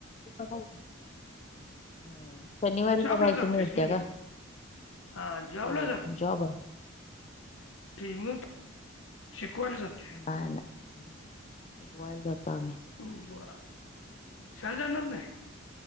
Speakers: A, on the left (about 30°); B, on the left (about 75°).
A: आंता पाहूं हम्मं शनिवारी
B: जॉबला
A: बघांयचं
B: जातेस
A: मिळत्यां
B: मी
A: कायं.
B: हा जॉबला
A: होयं जॉबर.
B: त्रिमूंठ शिकवांयला जाते.
A: कांहीं नायं बाहेर जातो आम्हीं.
B: हम्मं बरं शाळेलां जाणारं नाहीं.